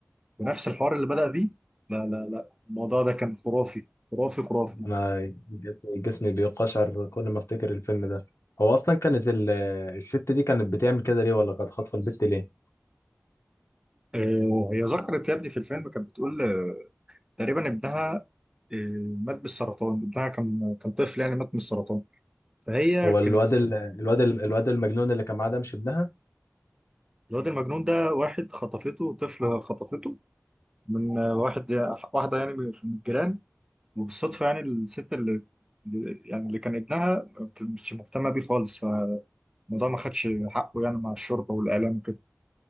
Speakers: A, on the right; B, on the left.
A: بنفس الحوار اللي بدأ بيه لا لا لا الموضوع ده كان خرافي خرافي خرافي
B: انا جسمي جسمي بيقشعر كل ما افتكر الفيلم ده هو اصلا كانت ال- الست دي كانت بتعمل كده ليه ولا كانت خاطفه البت ليه
A: آه، هي ذكرت يا ابني في الفيلم كانت بتقول آه، تقريبا ابنها آه، مات بالسرطان ابنها كان كان طفل يعني مات من السرطان فهي
B: هو
A: كانت
B: الواد ال- الواد ال- الواد المجنون اللي كان معاه ده مش ابنها
A: الواد المجنون ده واحد خطفته طفل خطفته من آه، واحد واحدة يعني من من الجيران وبالصدفة يعني الست اللي اللي- يعني اللي كان ابنها مش مهتمة بيه خالص فالموضوع ما خدش حقه يعني مع الشرطة والإعلام وكده